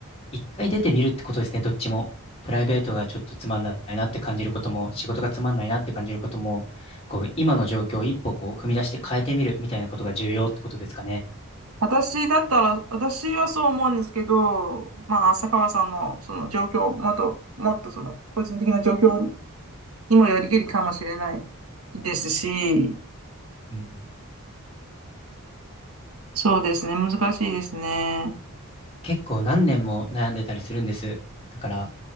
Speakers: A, on the left; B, on the right.
A: 一回出てみるってことですね、どっちも。プライベートがちょっとつまんないなって感じることも、仕事がつまんないなって感じることも、こう、今の状況を一歩こう、踏み出して変えてみるみたいなことが重要ってことですかね。
B: 私だったら、私はそう思うんですけど、まあ、浅川さんのその状況、もっと、もっとその、個人的な状況にもよりけりかもしれないですし、
A: うん、
B: そうですね、難しいですね。
A: 結構何年も悩んでたりするんです。だから、